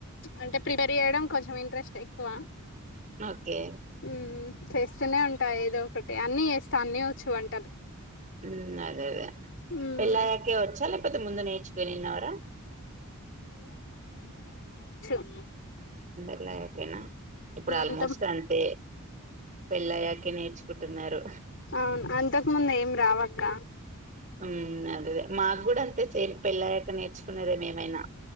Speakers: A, on the left; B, on the right.
A: అంటే ప్రిపేర్ చేయడం కొంచెం ఇంట్రెస్ట్ ఎక్కువ
B: ఓకే
A: ఉమ్ చేస్తూనే ఉంటాయి ఏదో ఒకటి అన్ని చేస్తా అన్ని వచ్చు వంటలు
B: ఉమ్ అదేదే
A: ఉమ్
B: వచ్చా లేకపోతే ముందు నేర్చుకొనిన్నవరా
A: ఆ
B: పెళ్లయ్యాకేనా ఇప్పుడు ఆల్మోస్ట్
A: అంత
B: అంతే పెళ్ళయ్యాకే నేర్చుకుంటున్నారు
A: అవును అంతకు ముందు ఏం రావక్క
B: ఉమ్ అదేదే మాకు కూడా అంతే సేమ్ పెళ్లయ్యాక నేర్చుకున్నదేమేమైనా